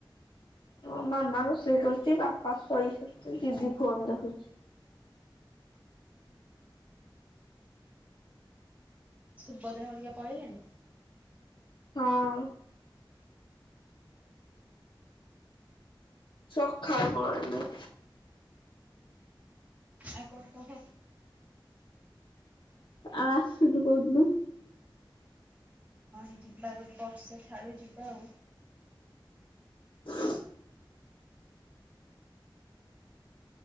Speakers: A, on the left; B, on the right.
A: ମଁ ମାମା ରୋଷେଇ କରୁଛି ବାପା ଶୋଇଛନ୍ତି ଦିଦି ଫୋନ ଦେଖୁଛି।
B: ସୁଭଦ୍ରା ହରିକା ପଳେଇଲେନି।
A: ହଁ। ସକାଳୁ ପଳେଇଲେ।
B: ଆଉ କଣ କୁହ।
A: ଆ ଆସିଲୁ କଉ ଦିନ।
B: ହଁ ଯିବା ଗୋଟେ ବର୍ଷା ଛାଡୁ ଯିବା ଆଉ।
A: <inaudible>